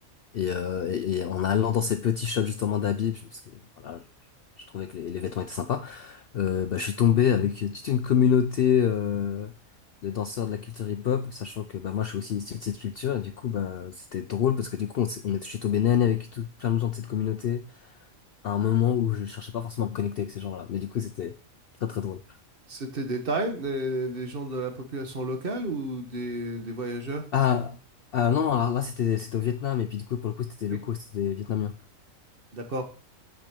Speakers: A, on the left; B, on the right.
A: Et, euh, et, et en allant dans ces petits shops justement d'habits, parce que voilà, je, je trouvais que les, les vêtements étaient sympas, euh, bah, je suis tombé avec toute une communauté euh, de danseurs de la culture hip-hop, sachant que bah, moi je suis aussi issu de cette culture, et du coup bah, c'était drôle parce que du coup on, s'est- on est, je suis tombé nez à nez avec tout, plein de gens de cette communauté à un moment où je cherchais pas forcément à me connecter avec ces gens-là, mais du coup c'était très très drôle.
B: C'était des Thaïs, des, des gens de la population locale ou des, des voyageurs?
A: Ah, ah non, alors là c'était c'était au Vietnam et puis du coup pour le coup c'était des
B: Oui.
A: locaux, c'était des vietnamiens.
B: D'accord.